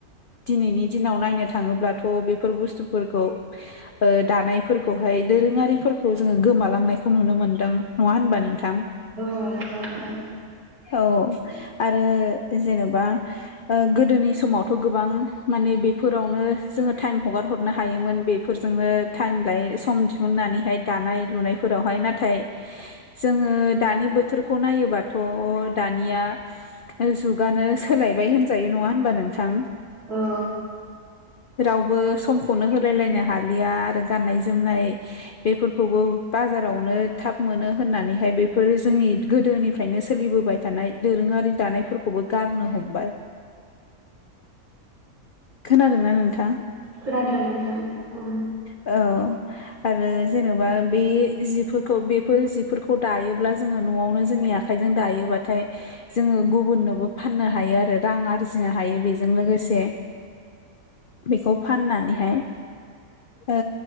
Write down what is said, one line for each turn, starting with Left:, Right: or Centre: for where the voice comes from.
Left: दिनैनि दिनाव नायनो थाङोब्लाथ बेफोर बुस्थुफोरखौ। <unintelligible> दानायफोरखौहाय दोरोङारिफोरखौ जोङो गोमालांनायखौ नुनो मोन्दों नङा होनबा नों- -थां
Right: औ नंगौ नोंथां
Left: औ। आरो जेनेबा गोदोनि समावथ गोबां माने बेफोरावनो जोङो टाइम हगार हरनो हायोमोन बे फोरजोंनो टाइम लायो सम दिहुननानैहाय दानाय लुनायफोरावहाय नाथाय जों। दानि बोथोरखौ नायोबाथ दानिया जुगानो सोलायबाय होन -जायो नङा होनबा नोंथां।
Right: औ
Left: रावबो समखौनो होलायलायनो हा -लिया आरो गाननाय जोमनाय बेफोरखौबो बाजारावनो थाब मोनो होननानैहाय। बेफोरो जोंनि गोदोनिफ्रायनो सोलिबोबाय थानाय दोरोङारि दानायफोरखौबो गारनो हमबाय। खोनादोंना नोंथां
Right: खोनादों नोंथां। औ
Left: औ। आरो जेनेबा बे जिफोरखौ बेफोर जिफोरखौ दायोब्ला जोङो नआवनो जों -नि आखाइजों दायोबाथाय जोङो गुबुननोबो फाननो हायो आरो रां आर -जिनो हायो बेजों लोगोसे बेखौ फाननानैहाय ओ